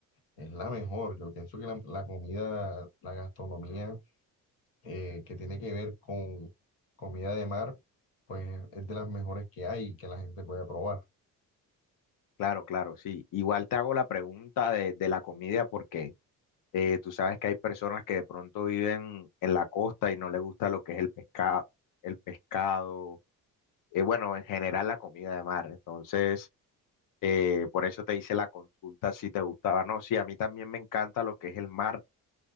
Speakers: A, on the left (about 85°); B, on the left (about 65°).
A: es la mejor. Yo pienso que la, la comida, la gastronomía eh, que tiene que ver con comida de mar, pues es de las mejores que hay y que la gente puede probar.
B: Claro, claro, sí. Igual te hago la pregunta de, de la comida porque eh, tú sabes que hay personas que de pronto viven en la costa y no les gusta lo que es el pescado, el pescado, eh, bueno, en general la comida de mar. Entonces... Eh, por eso te hice la consulta si te gustaba. No, sí, a mí también me encanta lo que es el mar.